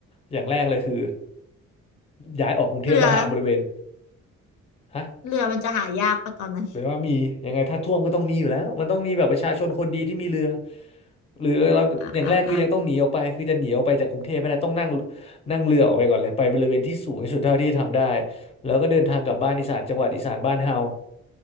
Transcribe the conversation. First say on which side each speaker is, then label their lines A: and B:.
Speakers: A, on the left; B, on the left.
A: อย่างแรกเลยคือย้ายออกกรุงเทพแล้วหาบริเวณ
B: เรือ
A: ฮะ
B: เรือมันจะหายากปะตอนนั้น
A: แปลว่ามียังไงถ้าท่วมก็ต้องมีอยู่แล้วมันต้องมีแบบประชาชนคนดีที่มีเรือหรือเราอย่างแรกคือยังต้องหนีออกไปคือจะหนีออกไปจากกรุงเทพไม่ได้ต้องนั่ง
B: อ่ะอ่ะอ่ะ
A: นั่งเรือออกไปก่อนเลยไปบริเวณที่สูงที่สุดเท่าที่ทำได้แล้วก็เดินทางกลับบ้านอีสานจังหวัดอีสานบ้านเฮา